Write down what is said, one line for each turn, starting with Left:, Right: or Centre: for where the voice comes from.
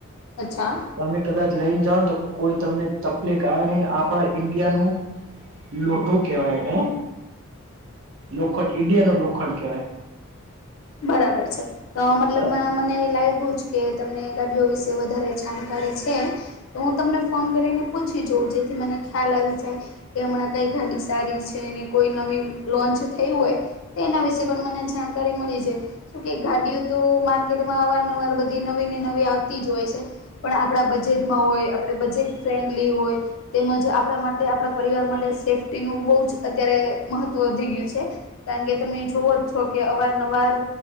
Left: અચ્છા.
Right: તમે કદાચ લઈને જાઓ ને તો કોઈ તમને તકલીફ આવે નહી આપડા ઈન્ડિયા નું લોઠું કેવાય ને લોખંડ ઈન્ડિયા નો લોખંડ કેવાય.
Left: બરાબર છે, તો મતલબમા
Right: હા
Left: મને લાગ્યુંજ કે તમને ગાડીઓ વિશે વધારે જાણકારી છે. તો હું તમને ફોન કરીને પૂછી જોવું જેથી મને ખ્યાલ આવી જાય. કે હમણાં કઈ ગાડી સારી છે, ને કોઈ નવી લોન્ચ થયું હોય. તો એના વિશેે પણ મને જાણકારી મળી જે, શુ કે ગાડીઓ તો માર્કેટમાં અવાર નવાર બધી નવી ને નવી આવતી જ હોય છે. પણ આપણા બજેટમાં હોય આપણે બજેટ ફ્રેન્ડલી હોય તેમજ આપણા માટે આપણા પરિવાર માટે સેફ્ટીનૂ બહુ જ અત્યારે મહત્વ વધી ગયું છે. કારણ કે તમે જોવો જ છો કે અવારનવાર